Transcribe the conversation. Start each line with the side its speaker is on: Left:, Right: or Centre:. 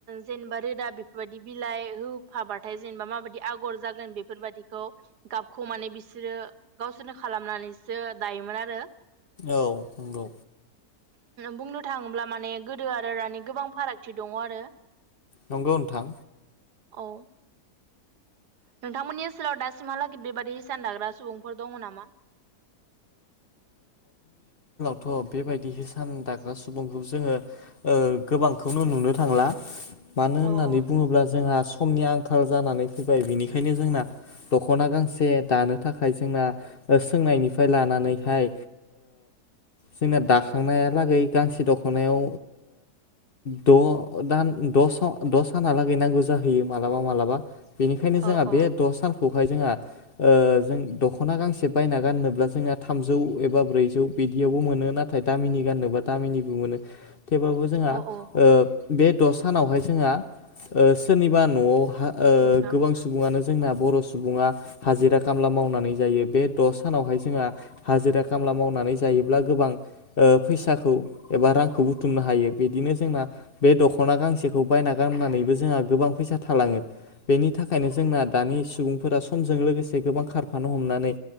Right: जेनेबा रोदा बेफोरबायदि बिलाइ होफाबाथाय जेनेबा माबायदि आगर जागोन बेफोर बायदिखौ गाबखौ माने बिसोरो गावसोरनो खालामनानैसो दायोमोन आरो
Left: औ नंगौ
Right: बुंनो थाङोब्ला माने गोदो आरो गोबां फारागथि दङ आरो
Left: नंगौ नोंथां
Right: औ नोंथांमोननि ओनसोलाव दासिमहालागै बेबाय दि इसान दाग्रा सुबुंफोर दङ नामा?
Left: थ' बेबायदि हिसान दाग्रा सुबुंखौ जोङो गोबांखौनो नुनो थांला मानो होननानै
Right: औ औ
Left: बुङोब्ला जोंहा समनि आंखाल जानानै फैबाय बिनिखायनो जोंना दख'ना गांसे दानो थाखाय जोंना सोंनायनिफ्राय लानानैहाय जोंना दाखांनायालागै गांसे दख'नायाव द दान द' सानालागै नांगौ जाहैयो मालाबा मालाबा। बेनिखायनो जोंहा
Right: औ
Left: बे
Right: औ
Left: द' सान खौहाय जोंहा ओ जों दख'ना गांसे बायना गाननोब्ला जोंना थामजौ एबा ब्रैजौ बिदियावबो मोनो नाथाय दामिनि गाननोबा दामिनिबो मोनो थेवबाबो जोंहा
Right: औ औ
Left: ओ बे द सानावहाय जोंहा सोरनिबा न'आव ओ
Right: औ नोंथां
Left: गोबां सुबुङानो। जोंना बर' सुबुङा हाजिरा खामला मावनानै जायो बे द' सानावहाय जोंहा हाजिरा खामला मावनानै जायोब्ला गोबां फैसाखौ एबा रांखौ बुथुमनो हायो बिदिनो जोंना बे दख'ना गांसेखौ बायना गाननानैबो जोंहा गोबां फैसा थालाङो। बेनि थाखायनो जोंना दानि सुबुंफोरा सम जों लोगोसे गोबां खारफानो हमनानै